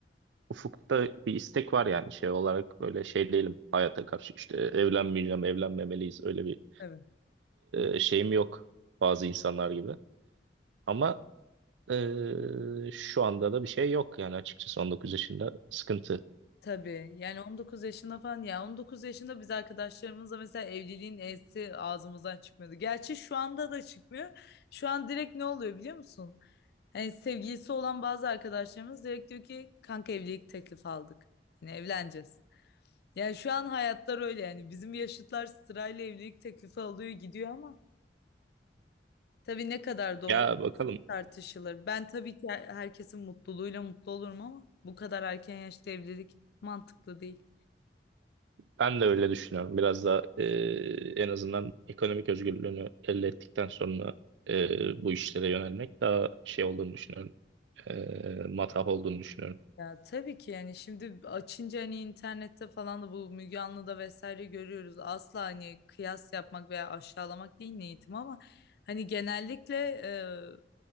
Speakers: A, on the right (about 90°); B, on the left (about 65°).
A: ufukta bir istek var yani şey olarak böyle şey değilim hayata karşı işte evlenmeyeceğim, evlenmemeliyiz öyle bir
B: tabii.
A: e, şeyim yok bazı insanlar gibi. Ama e, şu anda da bir şey yok yani açıkçası on dokuz yaşında sıkıntı.
B: Tabii yani 19 yaşında falan ya 19 yaşında biz arkadaşlarımızla mesela evliliğin E'si ağzımızdan çıkmıyordu. Gerçi şu anda da çıkmıyor. Şu an direkt ne oluyor biliyor musun? Hani sevgilisi olan bazı arkadaşlarımız direkt diyor ki kanka evlilik teklifi aldık. Yani evleneceğiz. Yani şu an hayatlar öyle yani bizim yaşıtlar sırayla evlilik teklifi alıyor gidiyor ama tabii ne kadar doğru
A: Ya bakalım
B: tartışılır. Ben tabii ki her- herkesin mutluluğuyla mutlu olurum ama bu kadar erken yaşta evlilik mantıklı değil.
A: Ben de öyle düşünüyorum. Biraz da e, en azından ekonomik özgürlüğünü elde ettikten sonra e, bu işlere yönelmek daha şey olduğunu düşünüyorum. E, matah olduğunu düşünüyorum.
B: Ya tabii ki yani şimdi açınca hani internette falan da bu Müge Anlı'da vesaire görüyoruz. Asla hani kıyas yapmak veya aşağılamak değil niyetim ama hani genellikle e,